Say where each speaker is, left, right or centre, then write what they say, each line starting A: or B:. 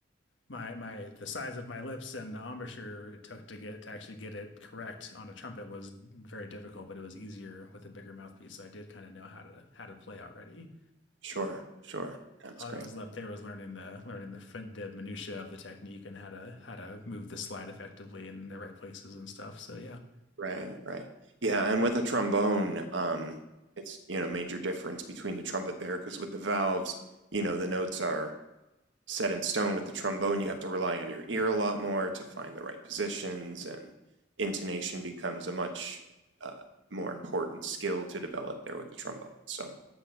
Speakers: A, on the left; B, on the right.
A: my my the size of my lips and the embouchure it took to get to actually get it correct on a trumpet was very difficult, but it was easier with a bigger mouthpiece. So I did kind of know how to how to play already.
B: sure, sure, that's
A: All
B: great.
A: that was left there was learning the learning the the minutia of the technique and how to how to move the slide effectively in the right places and stuff. So yeah.
B: Right, right. Yeah, and with a trombone, um, it's, you know, major difference between the trumpet there, because with the valves, you know, the notes are set in stone. With the trombone, you have to rely on your ear a lot more to find the right positions, and intonation becomes a much uh, more important skill to develop there with the trombone. So,